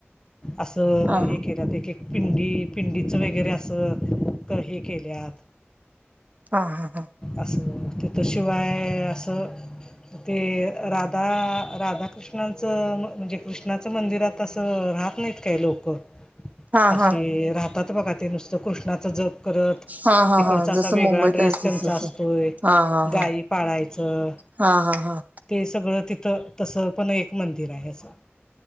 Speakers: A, on the left; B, on the right.
A: अस तर
B: हा हा
A: हे केल्यात एक- एक पिंडी पिंडीचं वगैरे असं तर हे केल्यात.
B: हा -हा - हा.
A: असं तिथशिवाय असं ते राधा -राधा कृष्णाचं म्हणजे कृष्णाचं मंदिरात असं राहत नाहीत काय लोक
B: हा
A: असे
B: हा
A: राहतात बघा ते नुसतं कृष्णाचं जप करत.
B: हा हा
A: तिकडचा
B: हा
A: असा
B: जसं
A: वेगळा
B: मुंबईत
A: ड्रेस
B: आहे
A: त्यांचा
B: तसं तसं.
A: असतोय
B: हा हा
A: गाई
B: हा
A: पाळायचं.
B: हा - हा - हा.
A: ते सगळं तिथं तसं पण एक मंदिर आहे. असं